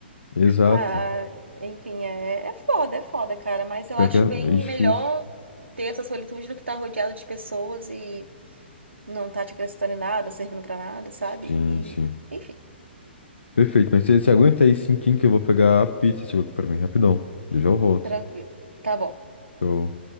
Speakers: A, on the left (about 75°); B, on the right (about 80°).
A: exato.
B: Ah, enfim, é, é foda, é foda, cara. Mas eu
A: Pior
B: acho
A: que é
B: bem
A: é difícil.
B: melhor ter essa solitude do que estar rodeado de pessoas e não tá te acrescentando em nada, servindo pra nada, sabe?
A: Sim,
B: E,
A: sim.
B: enfim,
A: Perfeito, mas você, você aguenta aí cinquinho que eu vou pegar a pizza, chegou aqui pra mim, rapidão. Eu já volto.
B: tranquilo. Tá bom.
A: Eu...